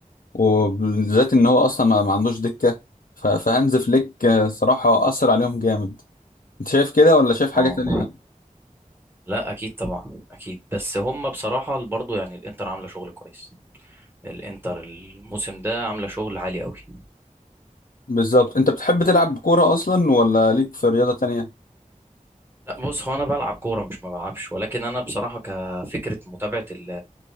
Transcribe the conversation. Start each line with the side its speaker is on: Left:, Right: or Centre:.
Left: وبالذات ان هو اصلا ما ما عندوش دكة ف- فهانز فليك آه، صراحة اثر عليهم جامد انت شايف كده ولا شايف حاجة
Right: اه
Left: تانية
Right: لا اكيد طبعا اكيد بس هم بصراحه برضو يعني الانتر عامله شغل كويس الانتر الموسم ده عامله شغل عالي قوي
Left: بالظبط انت بتحب تلعب كورة اصلا ولا ليك في رياضة تانية
Right: بص هو انا بلعب كوره مش ما بلعبش ولكن انا بصراحه كفكره متابعه ال